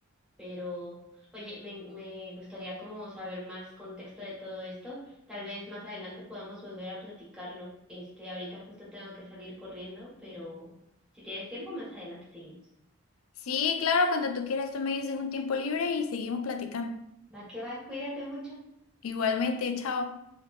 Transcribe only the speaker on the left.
Sí, claro, cuando tú quieras, tú me dices un tiempo libre y seguimos platicando.
Igualmente, chao.